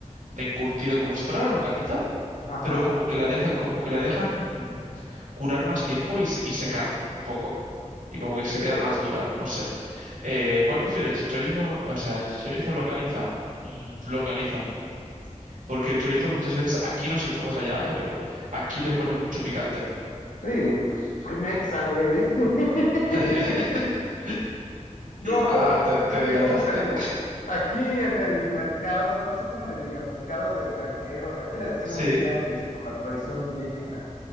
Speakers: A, on the right; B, on the left.
A: de encurtido, como si fuera la longaniza,
B: Ajá.
A: pero como que la deja, como que la dejan curar más tiempo y, se- y secar un poco. Y como que se
B: ok.
A: queda más dura, no sé. Eh, ¿cuál prefiero? ¿Chichorizo? O sea, ¿chichorizo o longaniza? Mm, longaniza. Porque el chorizo muchas veces, aquí no sé cómo es allá, ¿eh? Pero aquí le ponen mucho picante.
B: Sí, pues, soy mexa, güey. <laughs>
A: <laughs>
B: No,
A: Ah, te,
B: es
A: te delataste.
B: que como te digo, aquí en el mercado, no sé cómo le digan, mercado de granjeros, aquí le decimos
A: Sí,
B: tianguis por la tradición indígena,